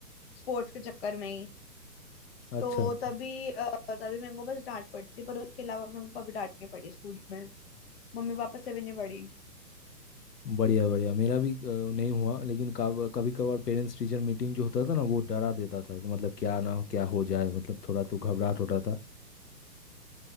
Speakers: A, on the left; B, on the left.
A: स्पोर्ट्स के चक्कर में ही
B: अच्छा
A: तो
B: अच्छा
A: तभी अ, तभी मेरे को बस डांट पड़ी थी पर उसके अलावा मेरे को कभी डांट नहीं पड़ी स्कूल में मम्मी पापा से भी नहीं पड़ी
B: बढ़िया बढ़िया मेरा भी अ, नहीं हुआ लेकिन कब कभी कभार पेरेंट्स टीचर मीटिंग जो होता था ना वो डरा देता था कि मतलब क्या ना क्या हो जाए मतलब थोड़ा तो घबराहट होता था